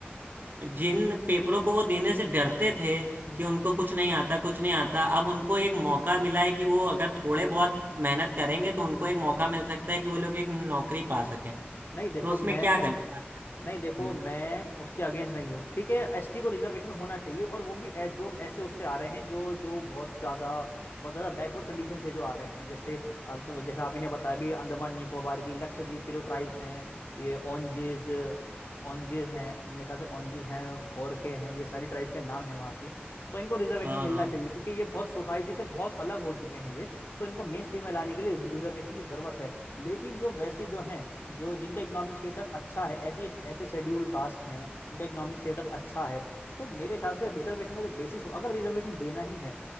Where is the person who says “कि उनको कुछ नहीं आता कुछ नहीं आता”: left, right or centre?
Right